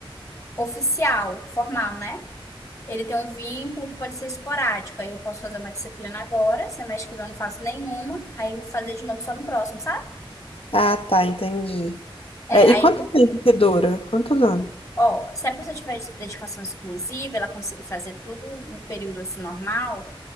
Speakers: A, on the left; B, on the left.
A: oficial, formal, né? Ele tem um vínculo que pode ser esporádico. Aí eu posso fazer uma disciplina agora, semestre que vem eu não faço nenhuma, aí fazer de novo só no próximo, sabe?
B: Ah, tá, entendi.
A: É,
B: É,
A: aí
B: e quanto tempo que dura? Quantos anos?
A: Ó, se a pessoa tiver dedicação exclusiva, ela conseguir fazer tudo no período assim normal,